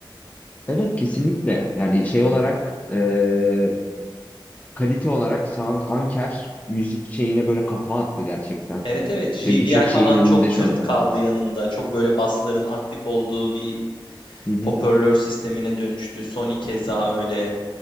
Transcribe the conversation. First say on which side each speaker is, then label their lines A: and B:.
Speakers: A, on the left; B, on the left.
A: Evet kesinlikle. Yani şey olarak ee, kalite olarak Sound Anker müzik şeyine böyle kafa attı gerçekten.
B: Evet evet JBL
A: Ve birçok
B: falan
A: şeyin önünde
B: çok tırt
A: şu anda.
B: kaldı yanında. Çok böyle basların aktif olduğu bir
A: Hı hı.
B: hoparlör sistemine dönüştü. Sony keza öyle.